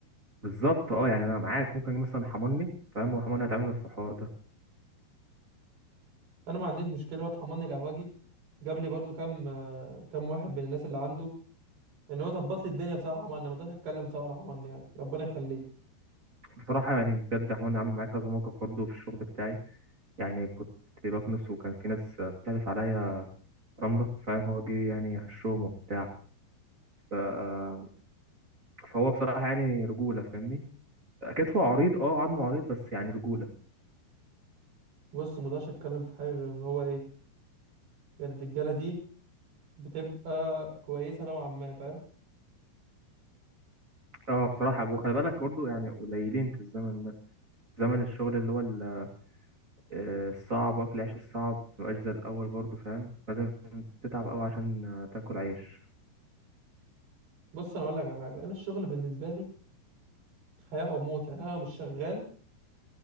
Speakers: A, on the right (about 30°); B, on the right (about 65°).
A: بالظبط اه يعني انا معاك ممكن مثلا حماني فاهم وحماني هيتعامل في الحوار ده
B: انا ما عنديش مشكله هو اتحملني القهوجي جاب لي برضو كام آه، كام واحد من الناس اللي عنده ان هو ظبط لي الدنيا بصراحه حماني ما اقدرش اتكلم بصراحه على حماني يعني ربنا يخليه
A: بصراحه يعني بجد حماني عامل معايا كذا موقف برضه في الشغل بتاعي يعني كنت بكنس وكان في ناس بتعرف عليا رمله فاهم هو جه يعني هشهم وبتاع ف... آه، فهو بصراحه يعني رجوله فاهمني كتفه عريض اه عظمه عريض بس يعني رجوله
B: بص ما اقدرش اتكلم في حاجه غير ان هو ايه يعني الرجاله دي بتبقى كويسه نوعا ما فاهم
A: اه بصراحة وخلي بالك برضه يعني قليلين في الزمن ده زمن الشغل اللي هو ال- آه، الصعب واكل عيش الصعب مبقاش زي الأول برضه فاهم لازم تتعب أوي عشان آه، تاكل عيش
B: بص انا اقول لك على حاجه انا الشغل بالنسبه لي حياه او موت يعني انا لو مش شغال